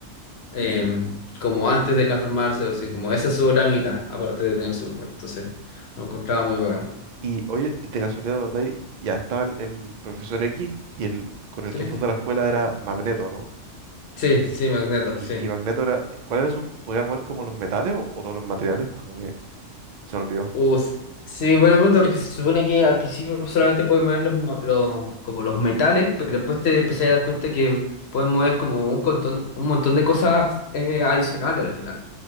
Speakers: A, on the left; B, on the right.
A: eh, como antes de transformarse, o así, como esa es su otra mitad, aparte de tener superpoder. Entonces, lo encontraba muy bacán.
B: Y oye, de casualidad, ¿verdad? Y Ya estaba el, el profesor X y el con el
A: ¿Sí?
B: que funda la escuela era Magneto, ¿no?
A: Sí, sí, Magneto,
B: Y,
A: sí.
B: y Magneto era, ¿cuál era su, podía mover como los metales o, o todos los materiales? Como que se me olvidó.
A: Uh, s- sí, buena pregunta, porque se supone que al principio solamente puedes mover los, mo- los, como los metales, pero después te empecé a dar cuenta que puedes mover como un montón, un montón de cosas eh, adicionales al final.